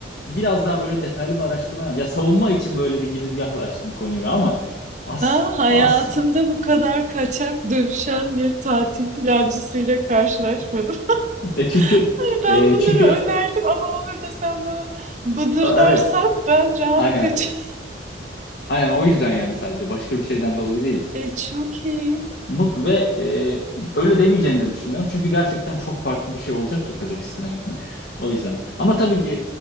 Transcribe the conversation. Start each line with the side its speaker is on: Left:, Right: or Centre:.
Left: biraz daha böyle detaylı bir araştırma yap. Ya savunma için böyle bir girizgahla açtım konuyu ama as
Right: Ben hayatımda
Left: as
Right: bu kadar kaçak dövüşen bir tatil plancısıyla karşılaşmadım. <laughs>
Left: e çünkü
Right: Hani ben
Left: e
Right: bunları
Left: çünkü
Right: önerdim ama olur da sen bana bıdır
Left: e, evet
Right: dersen ben rahat
Left: aynen
Right: kaçarım.
Left: Aynen o yüzden yani sadece başka bir şeyden dolayı
Right: <laughs>
Left: değil.
Right: E, çok iyi.
Left: Mut ve e, öyle demeyeceğini de düşünüyorum. Çünkü gerçekten çok farklı bir şey olacak ya Kazakistan'a gitmek. O yüzden. Ama tabii